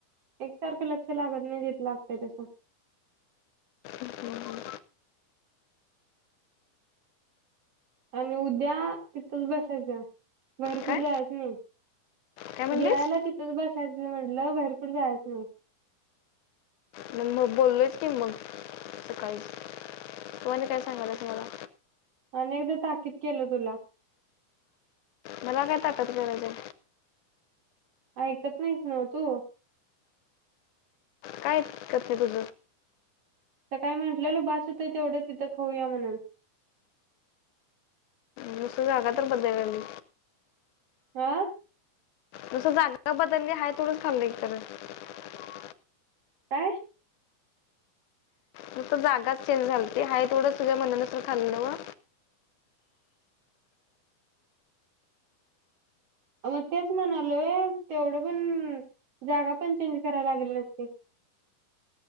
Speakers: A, on the right; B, on the left.
A: एकसारखं लक्ष लागत नाही तीत लागतय तस
B: हम्म, हम्म.
A: आणि उद्या तिथच बसायचं बाहेर
B: काय
A: जायचं नाही.
B: काय म्हणलीस
A: गिळायला तिथंच बसायचं म्हटलं बाहेर कुठ जायचं नाही.
B: म मग बोललो आहेच की मग सकाळीच तु आणि काय सांगायला मला
A: अनेकदा ताकीद केलं तुला
B: मला काय ताकत गरज हाय
A: ऐकत नाहीस न्हव तू
B: काय ऐकत नाही तुझ
A: सकाळी म्हटलेलो बास होतय तेवढं तिथं खऊया म्हणून
B: नुसत जागा तर बदललय मी
A: हा
B: जस जागा बदलली हाय थोडं <unintelligible>
A: काय?
B: फक्त जागाच चेंज झालती हाय तेवढं सगळ मनानुसार खाल्लं नव्ह
A: अ मग तेच म्हणालोय तेवढं पण जागा पण चेंज करायला लागेली नसती